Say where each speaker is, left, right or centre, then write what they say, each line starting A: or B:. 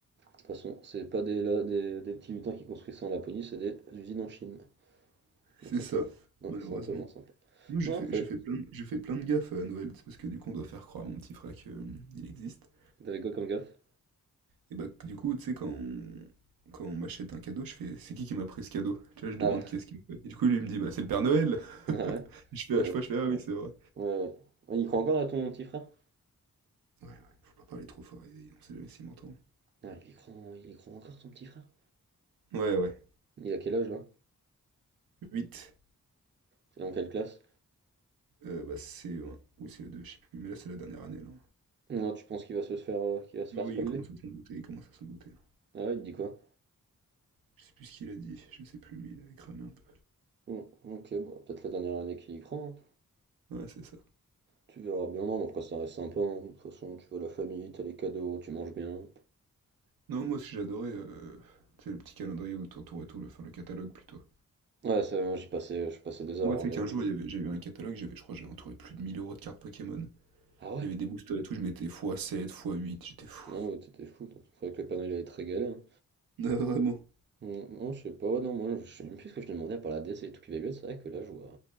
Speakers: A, on the right; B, on the right.
A: toute façon, c'est pas des, la- des, des petits lutins qui construisent ça en Laponie, c'est des usines en Chine.
B: C'est
A: Donc un
B: ça,
A: peu, ouais,
B: malheureusement.
A: c'est un peu moins sympa.
B: Moi, je
A: Non,
B: fais,
A: après,
B: je fais plein de, je fais plein de gaffes euh, à Noël, c'est parce que du coup, on doit faire croire à mon petit frère que euh, il existe.
A: t'avais quoi comme gaffe?
B: Et bah, du coup, tu sais, quand on, quand on m'achète un cadeau, je fais, c'est qui qui m'a pris ce cadeau? Tu vois, je demande
A: Ah ouais,
B: qui est-ce qui m'a fait. Et du coup, lui, il me dit, bah, c'est le Père Noël!
A: <laughs> ouais,
B: <laughs> Je fais,
A: ouais,
B: à chaque fois, je fais, ah oui, c'est vrai.
A: ouais, ouais. Ouais, Il y croit encore là ton petit frère?
B: Ouais, ouais, faut pas parler trop fort, il- on sait jamais s'il m'entend.
A: Ah, il y croit, il y croit encore ton petit frère?
B: Ouais, ouais.
A: Il a quel âge là?
B: huit
A: c'est dans quelle classe?
B: euh, bah, CE1 ou ce deux je sais plus, mais là c'est la dernière année là.
A: Non, tu penses qu'il va se faire, euh, qu'il va se faire
B: Ah oui,
A: spoiler?
B: il commence à s'en douter, il commence à s'en douter. là.
A: Ah ouais, il te dit quoi?
B: Je sais plus ce qu'il a dit, je sais plus, mais il avait cramé un peu.
A: Bon, ok, bon, peut-être la dernière année qu'il y croit. hein.
B: Ouais, c'est ça.
A: Tu verras bien, non, mais après ça reste sympa. hein. De toute façon, tu vois la famille, t'as les cadeaux, tu manges bien.
B: Non, moi aussi j'adorais, euh, tu sais, le petit calendrier où tu entourais tout, le- enfin le catalogue plutôt.
A: Ouais, ça, moi j'y passais, je passais des heures
B: Moi,
A: à
B: tu
A: regarder
B: sais qu'un
A: tout.
B: jour, il y avait- j'ai eu un catalogue, j'avais, je crois, que j'ai entouré plus de 1000 euros de cartes Pokémon. Il
A: Ah ouais?
B: y avait des boosters et tout, je mettais fois sept fois huit j'étais fou.
A: Non, ouais, t'étais fou, donc faudrait que le panneau il allait te régaler. hein.
B: Ah, vraiment.
A: Hum, Non, je sais pas, ouais, non, moi je sais même plus ce que je demandais à part la DC et tout qui va bien, c'est vrai que là je vois,